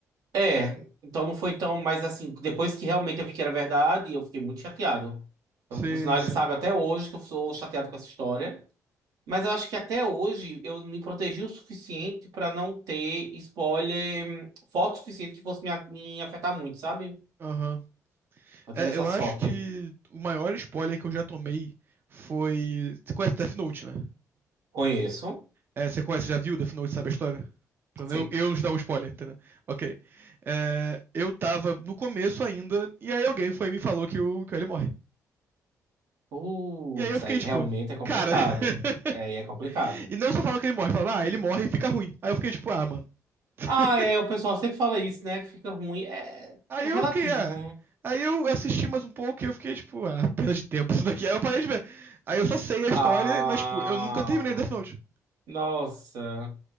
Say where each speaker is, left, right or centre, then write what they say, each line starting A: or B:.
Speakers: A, on the right (about 75°); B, on the right (about 35°).
A: É, então não foi tão, mas assim, depois que realmente eu vi que era verdade, eu fiquei muito chateado. Eu-
B: Sim,
A: Por sinal, ele
B: sim.
A: sabe até hoje que eu sou chateado com essa história. Mas eu acho que até hoje eu me protegi o suficiente pra não ter spoiler, hum, foto suficiente que fosse me, a- me afetar muito, sabe?
B: Aham.
A: Eu
B: É,
A: tive essa
B: eu
A: sorte.
B: acho que o maior spoiler que eu já tomei foi. Você conhece Death Note, né?
A: Conheço,
B: É, você conhece, já viu Death Note, sabe a história? Pra eu,
A: sei.
B: eu não te dar um spoiler, entendeu? Ok. É, eu tava no começo ainda, e aí alguém foi e me falou que o que ele morre.
A: Putz,
B: E aí eu fiquei
A: aí realmente
B: tipo,
A: é complicado.
B: cara. <laughs>
A: É, aí é complicado.
B: e não só fala que ele morre, fala, ah, ele morre e fica ruim. Aí eu fiquei tipo, ah, mano. <laughs>
A: Ah, é, o pessoal sempre fala isso, né? Que fica ruim. É,
B: Aí
A: é
B: eu
A: relativo.
B: fiquei, ah. Aí eu assisti mais um pouco e eu fiquei, tipo, ah, perda de tempo isso daqui. Aí eu parei de ver. Aí eu só sei a
A: Ah,
B: história, mas, tipo, eu nunca terminei Death Note.
A: nossa.